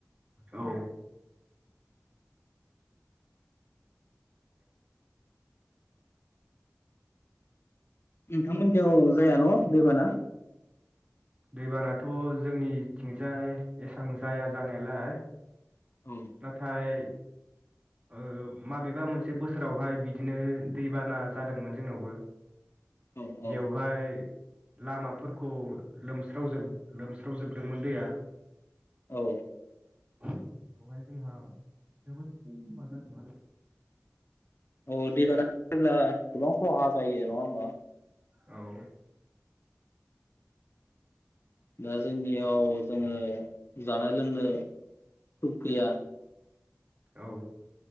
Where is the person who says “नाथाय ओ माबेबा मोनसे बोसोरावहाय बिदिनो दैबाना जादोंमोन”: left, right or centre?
Right